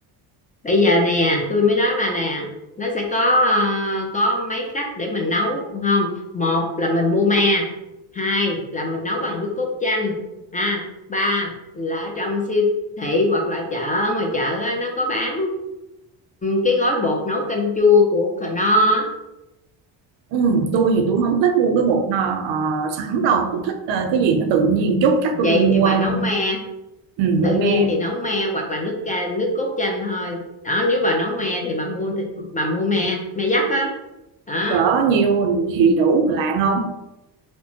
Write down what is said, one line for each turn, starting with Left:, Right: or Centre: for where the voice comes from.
Left: bây giờ nè tôi mới nói bà nè nó sẽ có ờ, có mấy cách để mình nấu không một là mình mua me hai là mình nấu bằng nước cốt chanh ha ba là ở trong siêu thị hoặc là chợ ngoài chợ nó có bán cái gói bột nấu canh chua của Knorr á.
Right: ừ, tôi thì tôi không thích mua cái bột nó ờ, sẵn đâu tôi thích ờ, cái gì nó tự nhiên chút chắc
Left: vậy
Right: tôi đi mua
Left: thì bà nấu me
Right: ừ, mua
Left: tự nhiên
Right: me
Left: thì nấu me hoặc là nước ca nước cốt chanh thôi đó nếu bà nấu me thì bà mua thịt- bà mua me me dắt á đó.
Right: cỡ nhiêu thì đủ lạng không